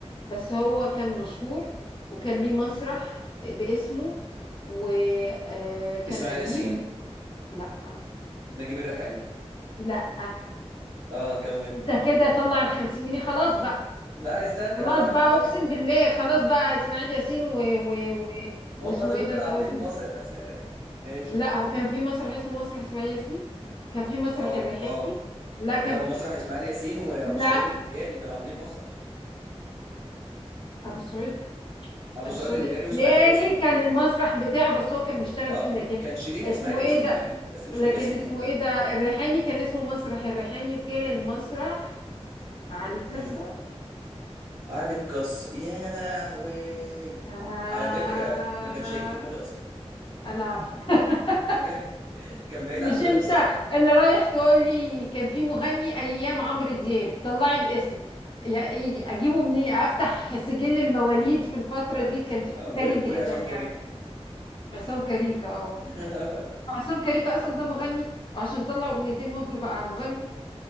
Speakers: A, on the left; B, on the right.
A: بس هو كان مشهور وكان ليه مسرح باسمه وكان
B: اسماعيل
A: قديم
B: ياسين
A: لا
B: نجيب الريحاني
A: لا
B: اه كمل
A: انت كده طلع الخمسين جنيه خلاص بقى
B: لا استني
A: خلاص
B: ما انا
A: بقى
B: <laughs> بكمل
A: اقسم بالله خلاص بقى اسماعيل ياسين و... و... و...
B: ما
A: واسمه
B: هم دول اللي
A: ايه ده
B: كانوا
A: انت
B: عاملين
A: قلت
B: مسرح مسارح ايش
A: لا هو كان في مسرح اسمه مسرح اسماعيل ياسين كان في مسرح
B: اه
A: الريحاني
B: اه
A: لا كان
B: لا ومسرح
A: في...
B: اسماعيل ياسين وابو
A: لا
B: السعود الايبياري كانوا عاملين مسرح
A: ابو السعود
B: ابو
A: ابو
B: السعود
A: السعود
B: الايبياري
A: الابداري
B: واسماعيل ياسين
A: كان
B: كانوا عاملين
A: المسرح
B: مسرح
A: بتاعه بس هو كان بيشتغل
B: اه
A: فيه لكن
B: كان شريك
A: اسمه
B: اسماعيل
A: ايه
B: ياسين
A: ده
B: فيه بس مش
A: لكن
B: باسمه
A: اسمه
B: كان
A: ايه ده الريحاني كان اسمه مسرح الريحاني وكان مسرح علي الكسار
B: امم علي القص يا لهوي
A: آه...
B: على فكره ما كانش هيجي في دماغي اصلا
A: انا عارفة <laughs>
B: ما جا... <laughs> كان بعيد
A: مش
B: عن دماغي
A: انت
B: بصراحه
A: اللي رايح تقول لي كان في مغني ايام عمرو دياب طلعي الاسم يا- يجي- اجيبه منين افتح سجل المواليد في الفتره
B: قول
A: دي كان شغل
B: آه، قول
A: غريب
B: قول
A: جدا
B: يا عصام
A: يعني
B: كاريك
A: عصام كاريكا اه
B: <laughs>
A: عصام كاريكا اصلا ده مغني وعشان طلع اغنيتين هبل بقى مغني